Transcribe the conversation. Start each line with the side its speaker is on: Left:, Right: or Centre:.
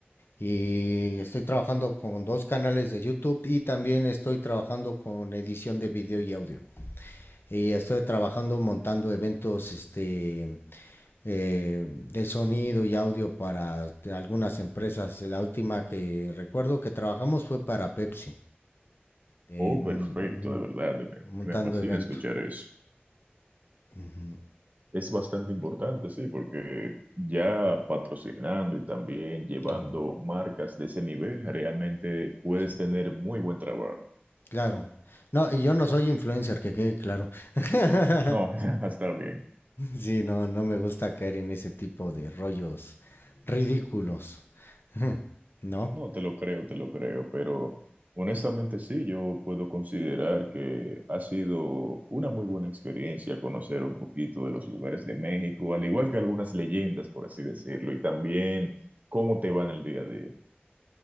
Left: Y estoy trabajando con dos canales de YouTube y también estoy trabajando con edición de video y audio. Y estoy trabajando montando eventos este, eh, de sonido y audio para algunas empresas. La última que recuerdo que trabajamos fue para Pepsi, en
Right: oh, perfecto,
Left: un- ujú,
Right: de verdad, me,
Left: montando
Right: me fascina
Left: evento.
Right: escuchar eso.
Left: Ujú,
Right: Es bastante importante, sí, porque ya patrocinando y también llevando
Left: claro,
Right: marcas de ese nivel, realmente puedes
Left: sí.
Right: tener muy buen trabajo.
Left: Claro. No, y yo no soy influencer, que quede claro. <laughs>
Right: No, <laughs> está bien.
Left: Sí, no, no me gusta caer en ese tipo de rollos ridículos. <laughs> No.
Right: No, te lo creo, te lo creo, pero honestamente sí, yo puedo considerar que ha sido una muy buena experiencia conocer un poquito de los lugares de México, al igual que algunas leyendas, por así decirlo, y también cómo te va en el día a día.